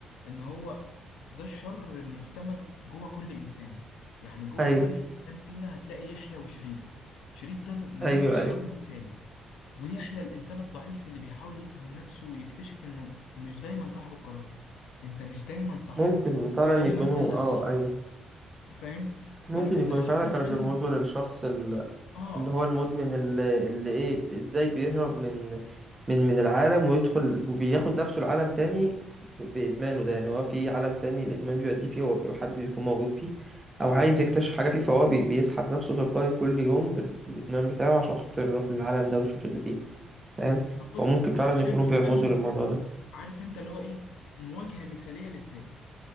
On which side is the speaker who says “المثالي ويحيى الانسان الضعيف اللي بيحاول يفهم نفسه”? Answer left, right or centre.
Left